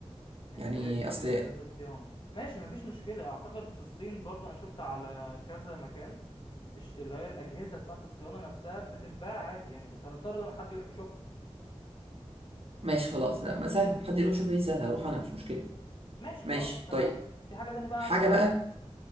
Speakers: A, on the left (about 50°); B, on the right (about 60°).
A: نحتاج
B: يعني
A: نشتري
B: اصل
A: اجهزه صيانه ماشي مفيش مشكله اعتقد في الصين برضه انا شفت على كذا مكان الش- اللي هي الاجهزه بتاعت الصيانه نفسها بتتباع عادي يعني بس هنضطر ان حد يروح يشوفها
B: ماشي خلاص لا ما سهل حد يروح يشوف ايه سهل هروح انا مش مشكله
A: ماشي
B: ماشي
A: خلاص اتفقنا
B: طيب
A: في حاجة تانية بقى
B: حاجه
A: عايز تعملها
B: بقى